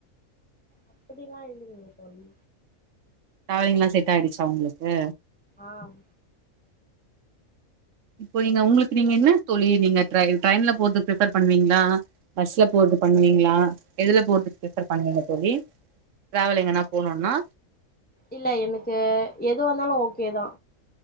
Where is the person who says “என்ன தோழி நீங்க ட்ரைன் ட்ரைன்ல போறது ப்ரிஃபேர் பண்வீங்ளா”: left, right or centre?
Right